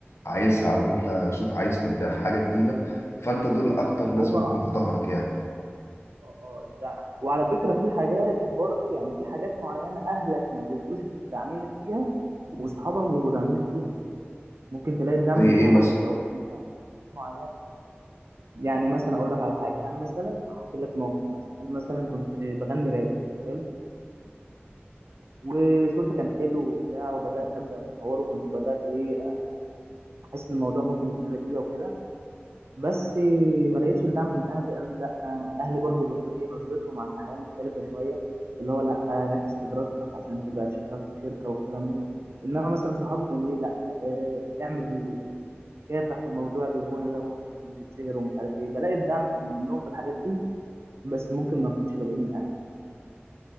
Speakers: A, on the left; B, on the right.
A: عايزها او انت شوف عايز تبدأ في حاجة جديدة فانت دول اكتر ناس
B: هو
A: بيكونوا
B: عامة
A: في ظهرك يعني
B: اه اه اه إبداع وعلى فكرة في حاجات برضه يعني في حاجات معينة أهلك ما بيبقوش داعمينك فيها وأصحابك بيبقوا داعمينك فيها ممكن تلاقي الدعم
A: زي
B: من
A: ايه
B: صحابك
A: مثلا
B: ما تلاقوش من أهل معينة يعني مثلا أقول لك على حاجة أنا مثلا هحكي لك موقف مثلا أنا مثلا كنت بغني راب حلو؟ وصوتي كان حلو وبتاع وبدات ابدا في الحوار وكنت بدات ايه آه، يعني احس ان الموضوع ممكن يجيب نتيجه وكده بس آه، ما لقيتش الدعم من اهلي قالوا لي لا آه، اهلي برضو اللي هم ايه نظرتهم عن الحياه مختلفه شويه اللي هو لا آه، ركز في دراستك عشان تبقى تشتغل في شركه والكلام ده انما مثلا صحابي كانوا بيقولوا لي لا آه، اعمل كافح في الموضوع الغنى دوت يمكن تتشهر ومش عارف ايه بلاقي الدعم في- منهم في الحاجات دي بس ممكن ما اكونش بلاقيه من اهلي فعلا